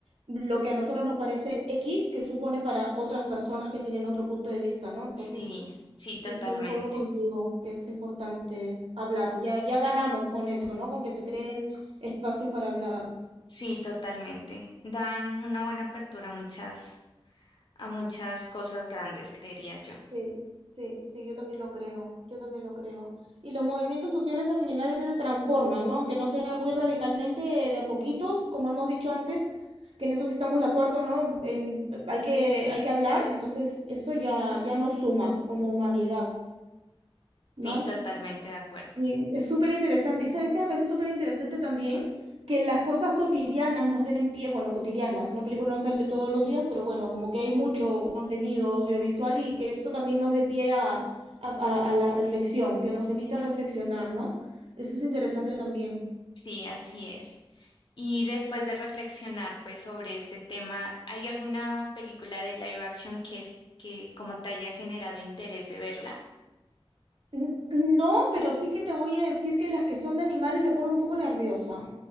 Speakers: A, on the right (about 75°); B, on the left (about 55°).
A: lo que a nosotros nos parece X, que supone para otras personas que tienen otro punto de vista, ¿no? Entonces,
B: Sí, sí, totalmente.
A: sí estoy de acuerdo contigo que es importante hablar. Ya, ya ganamos con eso, ¿no? Con que se creen espacios para hablar.
B: Sí, totalmente. Dan una buena apertura a muchas, a muchas cosas grandes, creería yo.
A: Sí, sí, sí, yo también lo creo, yo también lo creo. Y los movimientos sociales al final transforman, ¿no? Aunque no sea muy radicalmente, de a poquitos, como hemos dicho antes, que en eso sí estamos de acuerdo, ¿no? En- hay que, hay que hablar, entonces esto ya, ya nos suma como humanidad, ¿no?
B: Sí, totalmente de acuerdo.
A: Sí, es súper interesante. Y sabes qué me parece súper interesante también que las cosas cotidianas nos den pie, bueno, cotidianas, una película no sale todos los días, pero bueno, como que hay mucho contenido audiovisual y que esto también nos dé pie a, a- a- a la reflexión, que nos invita a reflexionar, ¿no? Eso es interesante también.
B: Sí, así es. Y después de reflexionar pues sobre este tema, ¿hay alguna película de live action que es- que como te haya generado interés de verla?
A: N- No, pero sí que te voy a decir que las que son de animales me ponen un poco nerviosa.